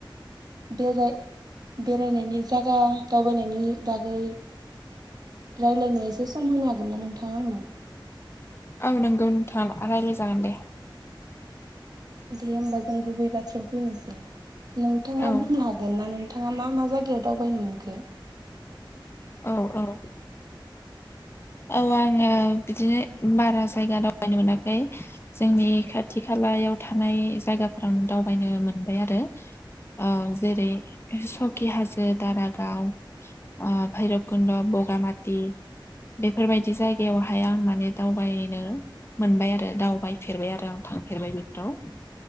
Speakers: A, on the right (about 50°); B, on the left (about 30°).
A: बेराय बेरायनायनि जगा दावबायनायनि बागै रायलायनो एसे सम होनो हागोन ना नोंथाङा आंनो?
B: औ नोंगौ नोंथां राय्लाय जागोन दे।
A: दे होमबा जों गुबै बाथ्रायाव फैनोसै नोंथाङा
B: औ
A: बुंनो हागोन ना नोंथाङा मा? मा जायगायाव दावबायनो मोनखो
B: औ औ
A: <inaudible>
B: औ आङो बिदिनो बारा जायगा दावबायनो मोनाखै जोंनि खाथि खाला याव थानाय जागाफोरावनो दावबायनो मोनबाय आरो औ जेरै सकि हाजो दारागाव ओ भैरब कुन्द' बगामाति बेफोरबायदि जायगायावहाय आं माने दावबायनो मोनबाय आरो दावबायफेरबाय आरो आं थांफेरबाय बेफोराव